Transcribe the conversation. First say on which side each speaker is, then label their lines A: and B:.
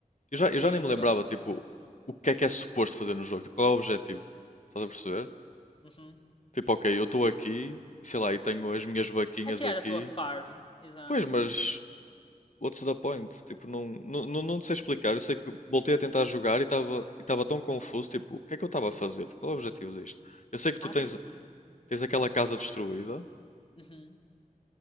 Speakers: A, on the left; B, on the left.
A: Eu já,
B: sim,
A: eu já nem me
B: negócio
A: lembrava,
B: este.
A: tipo, o que é que é suposto fazer no jogo, tipo, qual é o objetivo? Estás a perceber?
B: Uhum.
A: Tipo, ok, eu estou aqui, e sei lá, e tenho as minhas vaquinhas
B: A criar
A: aqui.
B: a tua farm, exato.
A: Pois, mas what's the point? Tipo, não, não, não, não sei explicar. Eu sei que voltei a tentar jogar e estava e estava tão confuso, tipo, o que é que eu estava a fazer? Tipo, qual é o objetivo disto? Eu sei que
B: Ah,
A: tu tens,
B: mentira.
A: tens aquela casa destruída,
B: Uhum.